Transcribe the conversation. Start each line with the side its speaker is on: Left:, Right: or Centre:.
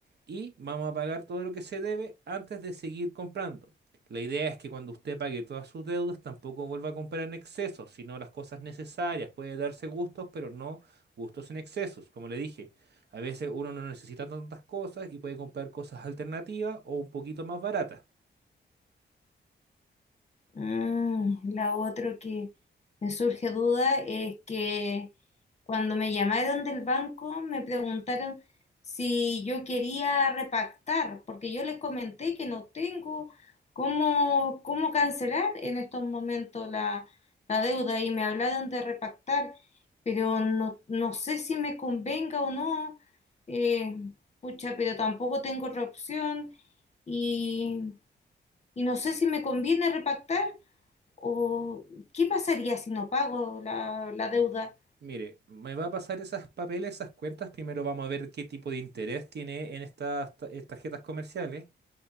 Right: y vamos a pagar todo lo que se debe antes de seguir comprando. La idea es que cuando usted pague todas sus deudas tampoco vuelva a comprar en exceso, sino las cosas necesarias. Puede darse gustos, pero no gustos en excesos. Como le dije, a veces uno no necesita tantas cosas y puede comprar cosas alternativas o un poquito más baratas.
Left: Mm, la otra que me surge duda es que cuando me llamaron del banco me preguntaron si yo quería repactar, porque yo les comenté que no tengo cómo, cómo cancelar en estos momentos la, la deuda y me hablaron de repactar, pero no, no sé si me convenga o no, eh, pucha, pero tampoco tengo otra opción y, y no sé si me conviene repactar. ¿O qué pasaría si no pago la, la deuda?
Right: Mire, me va a pasar esas papeles, esas cuentas. Primero vamos a ver qué tipo de interés tiene en estas ta- eh, tarjetas comerciales.